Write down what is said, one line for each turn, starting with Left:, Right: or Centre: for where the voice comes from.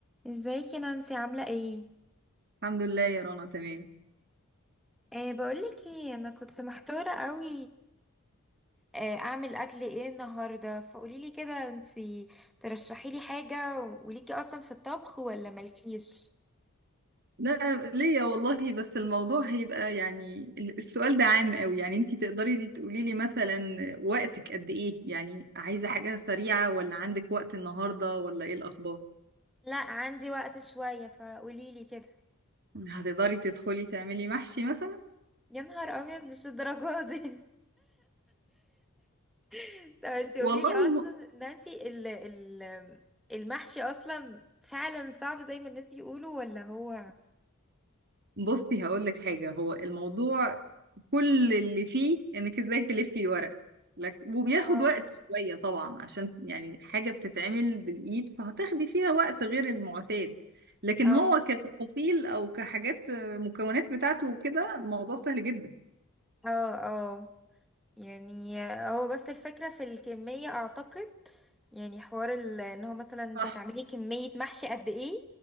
Centre: ازيك يا نانسي عاملة ايه؟
Right: الحمد لله يا رنا تمام
Centre: أه بقولك ايه انا كنت محتارة قوي أه اعمل اكل ايه النهاردة فقوليلي كده انتي ترشحيلي حاجة وليكي اصلا في الطبخ ولا مالكيش؟
Right: لا ليا والله بس الموضوع هيبقى يعني ال- السؤال ده عام قوي يعني انتي تقدري تقولي لي مثلا وقتك قد ايه يعني عايزة حاجة سريعة ولا عندك وقت النهاردة ولا ايه الأخبار
Centre: لا عندي وقت شوية فقوليلي كده
Right: هتقدري تدخلي تعملي محشي مثلا
Centre: يا نهار ابيض مش الدرجة دي <laughs> طب انتي
Right: والله
Centre: قوليلي اصلا نانسي ال ال المحشي اصلا فعلا صعب زي ما الناس يقولوا ولا هو
Right: بصي هقول لك حاجة هو الموضوع كل اللي فيه انك ازاي تلفي الورق لك وبياخد
Centre: اه
Right: وقت شوية طبعا عشان يعني حاجة بتتعمل بالإيد فهتاخدي فيها وقت غير المعتاد لكن
Centre: اه
Right: هو كتفاصيل او كحاجات آه، مكونات بتاعته وكده الموضوع سهل جدا
Centre: اه اه يعني هو بس الفكرة في الكمية اعتقد يعني حوار ال- ان هو مثلا انت
Right: صح
Centre: هتعملي كمية محشي قد ايه